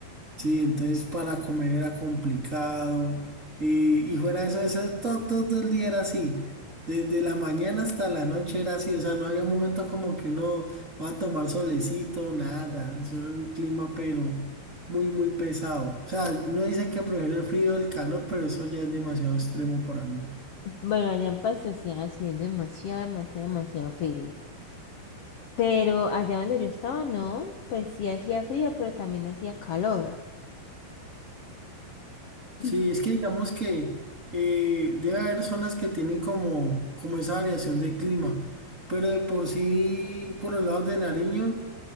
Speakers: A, on the right; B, on the left.
A: Sí, entonces para comer era complicado. Y, y fuera de eso, eso todo, todo el día era así. Desde la mañana hasta la noche era así. O sea, no había un momento como que uno va a tomar solecito, nada. Eso era un clima, pero muy, muy pesado. O sea, uno dice que prefiere el frío del calor, pero eso ya es demasiado extremo para mí.
B: Bueno, allá en Pastosia sí es demasiado, demasiado, demasiado frío. Pero allá donde yo estaba, no, pues sí hacía frío, pero también hacía calor.
A: Sí,
B: <clears throat>
A: es que digamos que eh, debe haber zonas que tienen como, como esa variación de clima, pero de por sí, por los lados de Nariño.